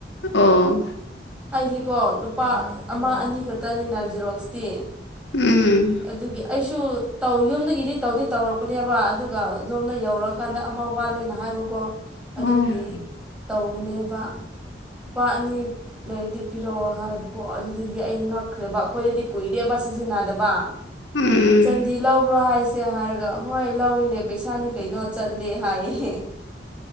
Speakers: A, on the left (about 75°); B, in the centre.
A: ꯑꯣ
B: ꯍꯥꯏꯗꯤꯀꯣ ꯂꯨꯄꯥ ꯑꯃ ꯑꯅꯤ ꯈꯛꯇꯅꯤꯅ ꯖꯦꯔꯣꯛꯁꯇꯤ
A: ꯎꯝ
B: ꯑꯗꯨꯒꯤ ꯑꯩꯁꯨ ꯇꯧ ꯌꯨꯝꯗꯒꯤꯗꯤ ꯇꯧꯗꯤ ꯇꯧꯔꯛꯄꯅꯦꯕꯥ ꯑꯗꯨꯒ ꯑꯗꯣꯝꯗ ꯌꯧꯔꯥꯀꯥꯟꯗ ꯑꯃ ꯋꯥꯠꯂꯦꯅ ꯍꯥꯏꯕꯀꯣ
A: ꯑꯣ
B: ꯑꯗꯨꯒꯤ ꯇꯧꯕꯅꯦꯕ ꯂꯨꯄꯥ ꯑꯅꯤ ꯂꯩꯔꯗꯤ ꯄꯤꯔꯛꯑꯣ ꯍꯥꯏꯕꯀꯣ ꯑꯗꯨꯗꯒꯤꯗꯤ ꯑꯩ ꯉꯛꯈ꯭ꯔꯦꯕ ꯑꯩꯈꯣꯏꯗꯗꯤ ꯀꯨꯏꯗꯦꯕ ꯁꯤꯖꯤꯟꯅꯗꯕ
A: ꯎꯝ
B: ꯆꯟꯗꯤ ꯂꯧꯕ꯭ꯔꯣ ꯍꯥꯏꯁꯦ ꯍꯥꯏꯔꯒ ꯍꯣꯏ ꯂꯧꯏ ꯄꯩꯁꯥꯅꯤ ꯀꯩꯅꯣ ꯆꯠꯂꯦ ꯍꯥꯏꯌꯦ